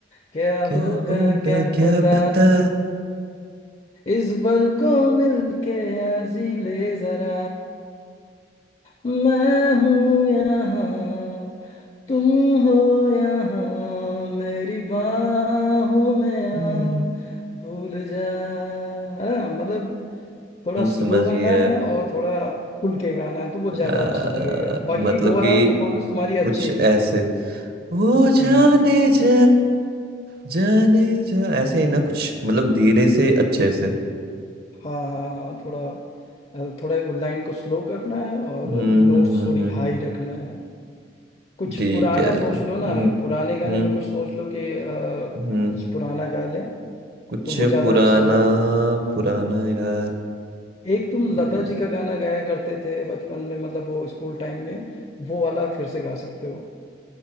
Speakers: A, on the left; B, on the right.
A: क्या
B: क्या
A: होगा
B: होगा
A: क्या
B: क्या
A: पता
B: पता
A: इस पल को मिलके आजी ले जरा मैं हूँ यहाँ तुम हो यहाँ मेरी बाहों में आ
B: हम्म
A: भूल जा है ना? मतलब थोड़ा स्लो
B: समझ
A: गाना
B: गया
A: है और थोड़ा खुल के गाना है तो वो ज्यादा
B: आ,
A: अच्छा लगेगा बाकी
B: मतलब
A: ओवरऑल
B: कि
A: परफॉर्मेंस तुम्हारी
B: कुछ
A: अच्छी
B: ऐसे
A: थी
B: वो जाने
A: हम्म
B: जा जाने जा ऐसे ही ना कुछ मतलब धीरे से अच्छे से
A: हाँ हाँ हाँ थोड़ा अ, थोड़ा वो लाइन को स्लो करना है और
B: हम्म
A: नोट्स
B: हम्म, हम्म,
A: थोड़ी
B: हम्म,
A: हाई रखना है कुछ
B: ठीक
A: पुराना
B: है हम्म
A: सोच लो ना पुराने गाने
B: हम्म
A: में कुछ सोच लो कि अ,
B: हम्म,
A: कुछ पुराना गा ले
B: कुछ
A: तो वो ज्यादा
B: पुराना
A: अच्छा है। वो
B: पुराना यार
A: एक तुम
B: हम्म,
A: लता जी का गाना गाया करते थे बचपन में मतलब वो स्कूल टाइम में वो वाला फिर से गा सकते हो